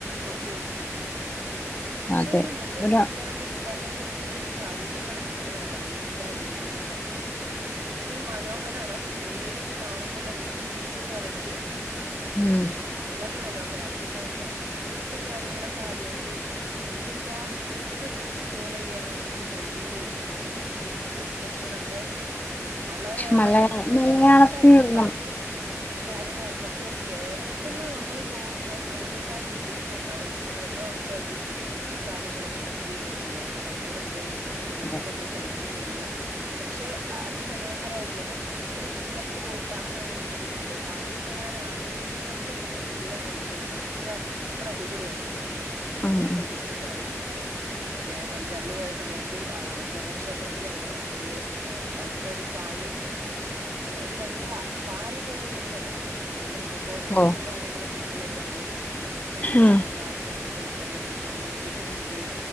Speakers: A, on the right; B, on the left.
A: കൊത്തി വെച്ച്ണ് പക്ഷെ
B: അതെ
A: ഒരു മുഗൾ
B: ഇവിടെ
A: ഇസ്ലാമി ഭരണകൂടത്തിന്റെ ഒരു പ്രൗഢി കാണിക്കണതാണ് എല്ലാ ബിൽഡിങ്ങും കാര്യങ്ങളും. അദി മനോഹരാണ് അഹ് ക്കെ നേരിട്ട് കാണുമ്പള്ള ര് എക്സ്പീരിയൻസ്ന്ന് പറിണത്.
B: ഉം
A: വളളരെ മനോഹരാണ് പിന്നെ അവട്ത്തെ സ്ട്രീറ്റ് ഫുഡും കാര്യങ്ങളൊക്കെ ആദ്യയിട്ട്. നമുക്ക് ഒരുപാട് ഫുഡ്‌ടൊക്കെ എക്സ്പ്ലോറയ്യാനാണെങ്കില്. ഡൽഹില് അതിൻറെ സ്ട്രീറ്റ് ഫുഡ് സെഷനൊക്കെ. വളരെ വളരെ
B: മലയാ
A: വ്യത്യസ്തായിട്ട്ള്ളേ.
B: മലയാളത്തിൽ നം
A: കാര്യങ്ങളാണ് പക്ഷെ ഒരു കേരളത്ത്ന്ന് നമ്മൾ പോവുമ്പോം അയിന്റെതായ ബുദ്ധിമുട്ട്ണ്ടാവും മ്മക്ക് ചിലപ്പോഅവ് ത്തെ വൃത്തിയും കാര്യങ്ങ്ളൊന്നും പറ്റിന്ന് വരില്ല പരിസര പ്രദേശം ഒക്കെ നോക്കുമ്പോ
B: അതെ
A: മ്മള് കൈ ച്ച്ന്ന് വരൂല പക്ഷെ അതിമനോഹരമായിട്ടുള്ള പ്പം. ഒരു സ്ഥലത്ത് പോയിട്ട് ആഹ് നാട്ടില് ഫുഡ് അറിയപ്പെടാൻ ആഗ്രഹിക്ക് ണോൽക്കൊക്കെ ഇതെല്ലാം കഴിചോക്കാ ത്ര അത്ര അടിപൊളിയാണ്.
B: ആഹ്
A: അട്ത്തെ ഫുഡും കാര്യങ്ങളൊക്കെ പിന്നെ പഞ്ചാബിൽ പോയ സമയ ത്ത് ആഹ് സ്വർണക്ഷേത്രത്തിലന്നെ ഒര് അവിടുത്തെരു പാനീയം ഒര് വെള്ള പാല് പോലുള്ളരു വെള്ളം. അതിലന്തക്കോ നട്ട്സും
B: ഓ
A: കാര്യങ്ങളൊക്കട്ടുള്ളരു വെള്ളും ബിസ്ക്കറ്റും
B: ഉം
A: ഒക്കെ എല്ലാർ കൊട്ന്ന് കഴിക്കാനായിട്ട് കിട്ടും പിന്നെ ഉച്ചക്ക് ഫുഡ്